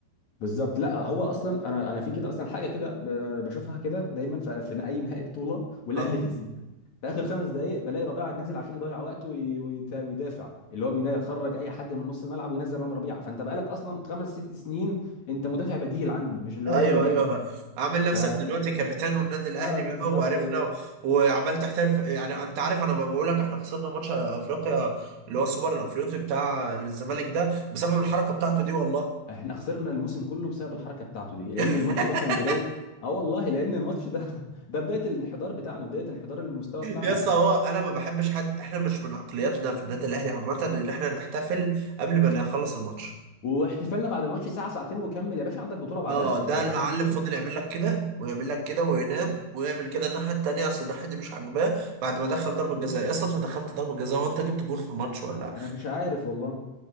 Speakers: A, on the left; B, on the right.
A: بالظبط لا هو أصلا أنا أنا في كده أصلا حاجة كده ب- بشوفها كده دايما في في أي نهائي بطولة والأهلي
B: اه
A: كسبان في اخر خمس دقائق بلاقي ربيعه نازل عشان يضيع وقته وي- ويت- ويدافع اللي هو بينا- يخرج اي حد من نص الملعب وينزل رامي ربيعه فانت بقالك اصلا خمس ست سنين انت مدافع بديل عندي مش اللي
B: ايوه
A: هو النجم
B: ايوه عامل نفسك
A: ف...
B: دلوقتي كابتن والنادي الاهلي
A: اه بالظبط
B: بقى وعرفنا
A: و...
B: و... وعمال تحترف يعني انت عارف انا بقول لك احنا خسرنا ماتش افريقيا اللي هو السوبر الافريقي بتاع الزمالك ده بسبب الحركه بتاعته دي والله
A: احنا خسرنا الموسم كله بسبب الحركه بتاعته دي لان
B: <laughs>
A: الماتش ده كان بدايه اه والله لان الماتش ده <laughs> ده بدايه الانحدار بتاعنا بدايه انحدار المستوى بتاعنا
B: يا اسطى هو انا ما بحبش حد احنا مش من عقلياتنا في النادي الاهلي عامه ان احنا نحتفل قبل ما نخلص الماتش
A: واحتفالنا بعد الماتش ساعه ساعتين وكمل يا باشا عندك بطوله بعدها
B: اه ده
A: انت
B: المعلم
A: فاهم انت
B: فضل يعمل لك كده ويعمل لك كده وينام ويعمل كده الناحيه التانيه اصل الناحيه دي مش عاجباه بعد ما دخل ضربه جزاء يا اسطى انت دخلت ضربه جزاء وانت جبت جول في الماتش ولا
A: انا مش عارف والله